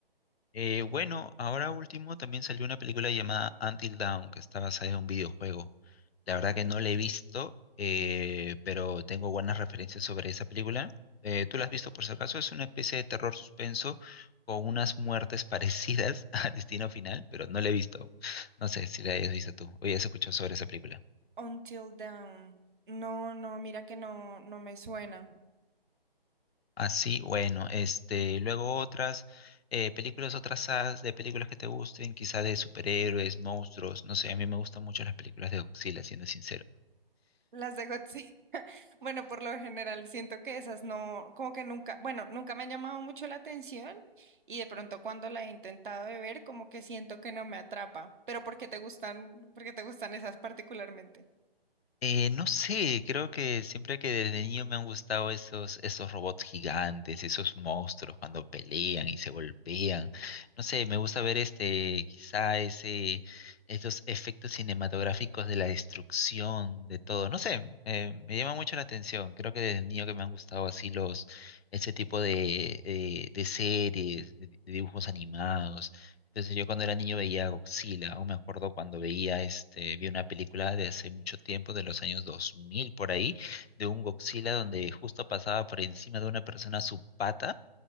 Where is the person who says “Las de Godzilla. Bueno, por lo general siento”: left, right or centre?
Right